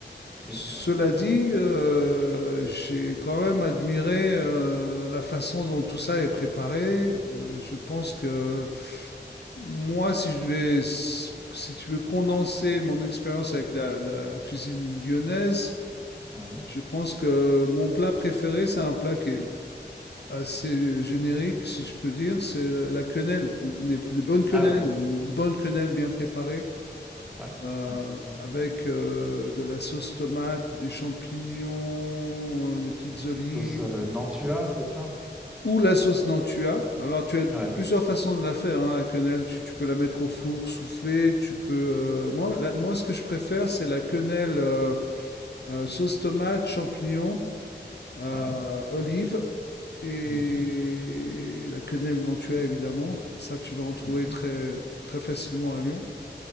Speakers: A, in the centre; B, on the left.
A: mais
B: Cela
A: euh,
B: dit,
A: ouais,
B: Ouais. euh, j'ai quand même admiré euh, la façon dont tout ça est préparé. Euh, je pense que moi, si je devais, si tu veux condenser mon expérience avec la, la cuisine lyonnaise,
A: ouais.
B: je pense que mon plat préféré, c'est un plat qui est assez euh, générique, si je peux dire, c'est la quenelle, des, des bonnes quenelles,
A: Ah oui.
B: une bonne quenelle bien préparée,
A: Ouais,
B: euh,
A: ouais, ouais.
B: avec euh, de la sauce tomate, des champignons, euh, des petites olives,
A: Sauce, heu, Nantua, c'est ça?
B: Ou la sauce Nantua. Alors, tu as
A: Ouais,
B: plusieurs façons de la faire, hein, la quenelle. Tu, tu peux la mettre au four, souffler. Tu peux. euh, moi, la- moi, ce que je préfère, c'est la quenelle euh, euh, sauce tomate, champignons, euh,
A: ouais.
B: olive et
A: Mmh mh.
B: la quenelle Nantua, évidemment. Ça, tu vas en trouver
A: Mmh
B: très, très facilement à Lyon.